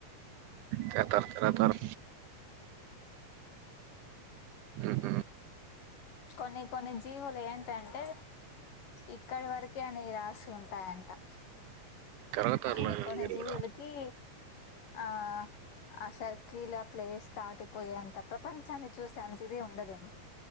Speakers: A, on the right; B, on the left.
A: తర్ తర్కార తర్ ఉహుహ్
B: కొన్ని కొన్ని జీవులు ఏంటంటే ఇక్కడి వరకే అని రాస్ ఉంటాయంటా.
A: తిరగతారులే
B: కానీ కొన్ని
A: మీరు
B: జీవులకి
A: కూడా
B: ఆ ఆ సర్కిల్ ఆ ప్లేస్ దాటిపోయే అంత ప్రపంచాన్ని చూసే అతిది ఉండదేమో